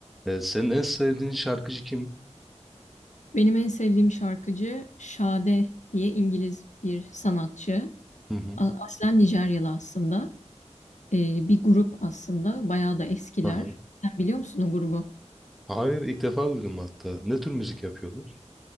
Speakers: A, in the centre; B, on the left.
A: Ee, senin en sevdiğin şarkıcı kim?
B: Benim en sevdiğim şarkıcı Sade diye İngiliz bir sanatçı.
A: Hı hı.
B: A- Aslen Nijeryalı aslında. Ee, bir grup aslında. Bayağı da eskiler.
A: Aha.
B: Sen biliyor musun o grubu?
A: Hayır, ilk defa duydum hatta. Ne tür müzik yapıyorlar?